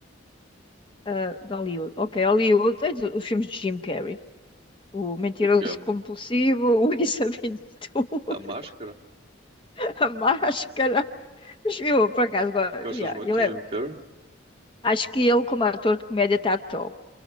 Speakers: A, on the left; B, on the right.
A: ah, de Hollywood. Ok, Hollywood, tens os filmes de Jim Carrey. O Mentiroso
B: Tipo que é A,
A: Compulsivo, <laughs> o Ace Ventura,
B: a Máscara?
A: <laughs> a Máscara. Mas eu, por acaso, go-
B: Gostas
A: yeah,
B: muito
A: ele
B: de
A: é-
B: Jim Carrey?
A: acho que ele, como ator de comédia, está top.